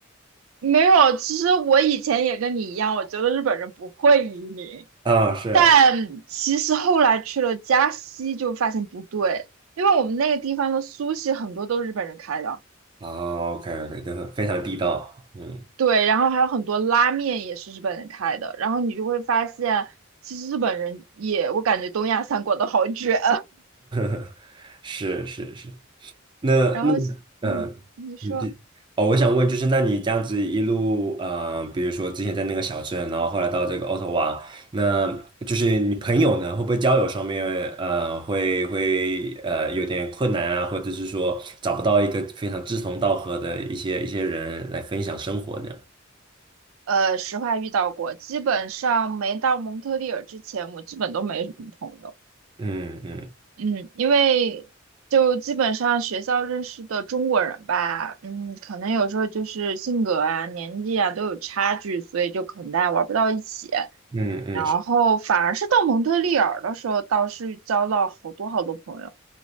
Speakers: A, on the right; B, on the right.
A: 没有。其实我以前也跟你一样，我觉得日本人不会移民，
B: 啊，是
A: 但其实后来去了加西就发现不对，因为我们那个地方的苏系很多都是日本人开的，
B: 哦 o k OK，真的非常地道，嗯，
A: 对，然后还有很多拉面也是日本人开的，然后你就会发现，其实日本人也，我感觉东亚三国都好卷啊。
B: <laughs> 是是是，
A: <laughs>
B: 那那
A: 然后，
B: 嗯，
A: 嗯，你说，
B: 你这哦，我想问就是，那你这样子一路，呃，比如说之前在那个小镇，然后后来到这个渥太华，那就是你朋友呢，会不会交友上面，呃，会会呃有点困难啊，或者是说找不到一个非常志同道合的一些一些人来分享生活呢？
A: 呃，实话遇到过，基本上没到蒙特利尔之前，我基本都没什么朋友。
B: 嗯嗯
A: 嗯，因为就基本上学校认识的中国人吧，嗯，可能有时候就是性格啊、年纪啊都有差距，所以就可能大家玩不到一起。
B: 嗯嗯，
A: 然后反而是到蒙特利尔的时候，
B: 是
A: 倒是交到好多好多朋友。